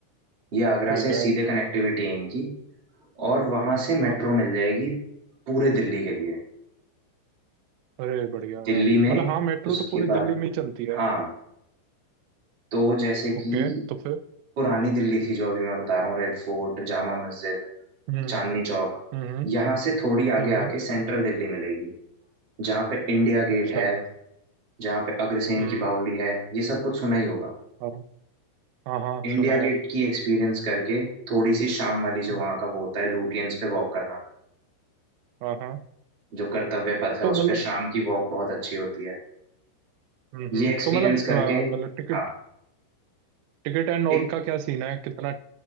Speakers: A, on the right; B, on the right.
A: ये आगरा
B: ठीक
A: से सीधे
B: है
A: कनेक्टिविटी है इनकी और वहां से मेट्रो
B: हाँ
A: मिल जाएगी पूरे दिल्ली के लिए
B: अरे बढ़िया
A: दिल्ली
B: यार
A: में
B: मतलब हाँ मेट्रो
A: उसके
B: तो पूरी
A: बाद
B: दिल्ली में ही चलती है
A: हाँ तो जैसे कि
B: ओके तो फिर
A: पुरानी दिल्ली थी जो अभी मैं बता रहा हूँ रेड फोर्ट जामा मस्जिद
B: हम्म
A: चांदनी चौक
B: हम्म
A: यहाँ से थोड़ी
B: हम्म
A: आगे
B: हम्म,
A: आके सेंट्रल दिल्ली मिलेगी जहाँ पे इंडिया
B: अच्छा
A: गेट है जहाँ पे अग्रसेन
B: हम्म
A: की बावली है ये सब कुछ सुना ही होगा
B: हाँ हाँ हाँ,
A: इंडिया
B: सुना
A: गेट
B: है
A: की एक्सपीरियंस करके थोड़ी सी शाम वाली जो
B: हम्म
A: वहाँ का वो होता है लुटियंस पे वॉक करना
B: हाँ हाँ
A: जो कर्तव्य पथ है
B: तो
A: उस
B: मतलब
A: पे शाम की वॉक बहुत अच्छी होती है
B: हम्म
A: ये
B: हम्म,
A: एक्सपीरियंस
B: तो मतलब
A: करके
B: अ, मतलब टिकट
A: हाँ
B: टिकट एंड ऑल
A: टिक,
B: का क्या सीन है कितना